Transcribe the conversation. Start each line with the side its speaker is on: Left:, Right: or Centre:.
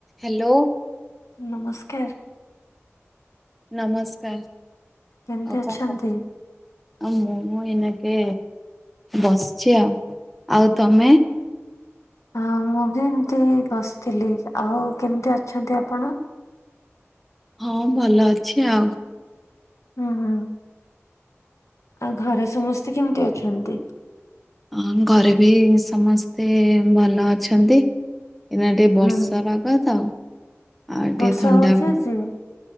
Centre: Hello.
Left: ନମସ୍କାର୍।
Centre: ନମସ୍କାର୍,
Left: କେମିତି
Centre: ଆଉ
Left: ଅଛନ୍ତି?
Centre: କଁ କରୁଥିଲେ। ଆଉ ମୁଁ ଏଇନାକେ ବସିଛି ଆଉ, ଆଉ ତମେ।
Left: ହଁ ମୁଁ ବି ଏମିତି ବସିଥିଲି, ଆଉ କେମିତି ଅଛନ୍ତି ଆପଣ?
Centre: ହଁ ଭଲ ଅଛି ଆଉ।
Left: ହୁଁ ହୁଁ, ଆଉ ଘରେ ସମସ୍ତେ କେମତି ଅଛନ୍ତି?
Centre: ଅ ଘରେ ବି ସମସ୍ତେ ଭଲ ଅଛନ୍ତି। ଏଇନା ଟିକେ ବର୍ଷା
Left: ହୁଁ
Centre: ପାଗ ତ ଆଉ
Left: ବର୍ଷା
Centre: ଟିକେ ଥଣ୍ଡା।
Left: ହଉଛି ଆଜି?